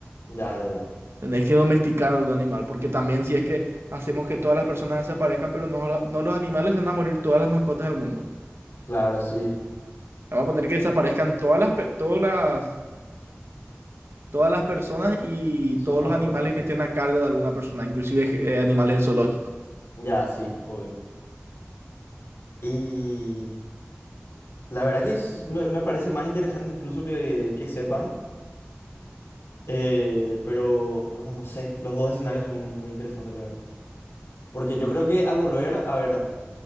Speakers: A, on the left (about 80°); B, on the right (about 70°).
A: Ya, ya, ya.
B: Tenés que domesticar algún animal, porque también si es que hacemos que todas las personas desaparezcan, pero no, la- no los animales, se van a morir todas las mascotas del mundo.
A: Claro, sí.
B: Vamos a poner que desaparezcan todas las, pe- todas las Todas las personas y
A: Y sus
B: todos
A: mascotas.
B: los animales que estén a cargo de alguna persona, inclusive eh, animales de zoológico.
A: Ya, sí, obvio. Y la verdad que es- me, me parece más interesante incluso que, que sepan. eh, pero bueno, no sé. Los dos escenarios son muy interesantes, la verdad. Porque yo creo que al volver, a ver,